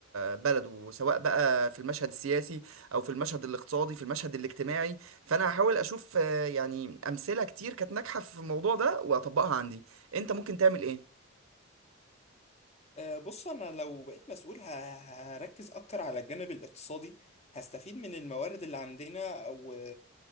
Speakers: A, on the right (about 75°); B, on the left (about 30°).
A: بلده سواء بقى في المشهد السياسي او في المشهد الاقتصادي في المشهد الاجتماعي فانا هحاول اشوف آه، يعني امثله كتير كانت ناجحه في الموضوع ده واطبقها عندي انت ممكن تعمل ايه
B: آه، بص انا لو بقيت مسؤول ه- هركز اكتر على الجانب الاقتصادي هستفيد من الموارد اللي عندنا و...